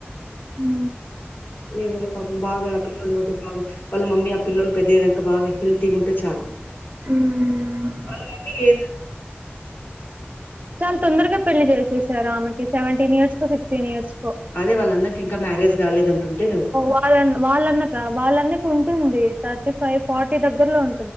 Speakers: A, on the right (about 40°); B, on the left (about 50°).
A: ఊ
B: ఏదోలే పాపం బాగా ఆ పిల్లొల్లు ఒకటి బాగా వాళ్ళ మమ్మీ ఆ పిల్లొల్లు పెద్దయ్యేదాకా బాగా హెల్తీగా ఉంటే చాలు
A: మ్మ్.
B: వాళ్ళ మమ్మీ లేదు
A: చాలా తొందరగా పెళ్లి చేసేసారు ఆమెకి సెవెంటీన్ ఇయర్స్ కో సిక్స్టీన్ ఇయర్స్
B: అదే వాళ్ళ అన్నకి ఇంకా మ్యారేజ్ కాలేదంటుంటే నువ్వు
A: వాళ్ళ వాళ్ళన్నక వాళ్ళన్న ఉంటుంది థర్టీ ఫైవ్ ఫార్టీ దగ్గలో ఉం